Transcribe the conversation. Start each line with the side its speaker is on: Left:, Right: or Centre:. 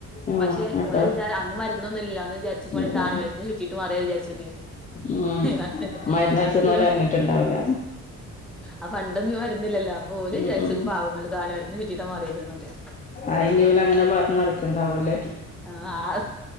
Left: ഓഹ്
Centre: പക്ഷെ
Left: അങ്ങനെണ്ടോ
Centre: ഓല വിചാ അന്ന് മരുന്നൊന്നും ഇല്ലല്ലോന്ന് വിചാരിച്ചു പോവാണെ
Left: ഉം
Centre: താണിന്ന്
Left: ഉം
Centre: ചുറ്റിട്ട് മാറി വിചാരിച്ചക്ക്
Left: ഉം
Centre: അ
Left: മരുന്നടിച്ചെന്ന്
Centre: അതൊക്കൊരു
Left: ഓല് അറിഞ്ഞിട്ടുണ്ടാവില്ല
Centre: ആ പണ്ടൊന്നും മരുന്നില്ലല്ലോ ഓല്
Left: ഉം
Centre: വിചാരിച്ചു
Left: ഉം
Centre: പാവങ്ങൾ താണി മരത്തിന് ചുറ്റിട്ടാ മാറിയതൊക്കെ
Left: അയിഞ്ഞൂല അങ്ങനെ പറഞ്ഞ നടക്കണ്ടാവുംല്ലേ
Centre: ആഹ